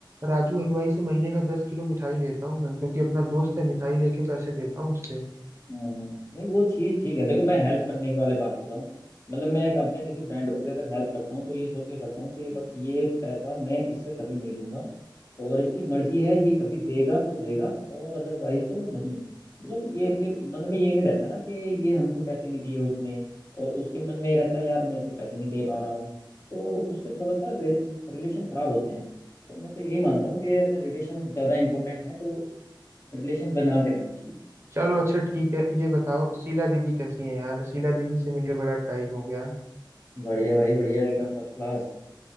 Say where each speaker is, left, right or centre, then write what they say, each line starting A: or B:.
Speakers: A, on the right; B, on the left.
A: राजू हलवाई से महीने का दस किलो मिठाई लेता हूँ मैं क्योंकि अपना दोस्त है मिठाई लेके पैसे देता हूँ उससे
B: हम्म, नहीं वो चीज ठीक है देखो मैं हेल्प करने की वाले बात कर रहा हूँ मतलब मैं एक अपने किसी फ्रेंड को भी अगर हेल्प करता हूँ तो ये सोच के करता हूँ कि बस ये पैसा मैं इससे कभी नहीं लूंगा और इसकी मर्जी है ये कभी देगा तो देगा और अदरवाइज तो नहीं मतलब ये फिर मन में ये नहीं रहता ना कि ये हमको पैसे नहीं दिए उसने और उसके मन में ये रहता है यार मैं इसके पैसे नहीं दे पा रहा हूँ तो उससे थोड़ा सा रे, रिलेशन खराब होते हैं तो मैं तो यही मानता हूँ कि अपने रिलेशन ज्यादा इंपॉर्टेंट है तो रिलेशन बना के रखना चाहिए
A: चलो अच्छा ठीक है ये बताओ शीला दीदी कैसी है यार शीला दीदी से मिले बड़ा टाइम हो गया
B: बढ़िया भाई बढ़िया एकदम फर्स्ट क्लास